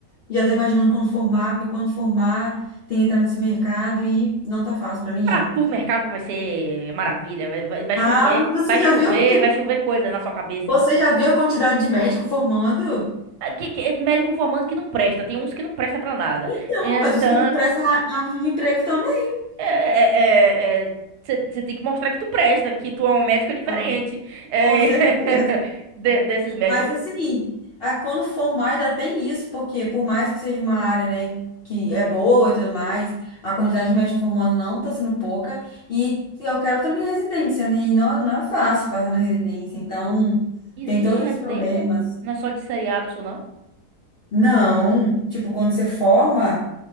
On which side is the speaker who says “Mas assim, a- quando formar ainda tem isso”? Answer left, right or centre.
Left